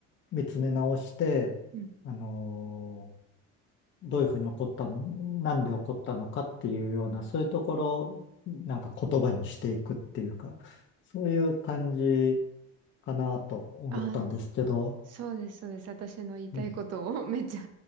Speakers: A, on the left; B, on the right.
A: 見つめ直して、
B: うん
A: あのどういうふうに起こったなんで起こったのかっていうような、
B: うん。
A: そういうところをなんか言葉にしていくっていうか、そういう感じかなと思ったんですけど、
B: ああそうです、そうです。私の言いたいことを
A: うん、
B: <laughs> めっちゃ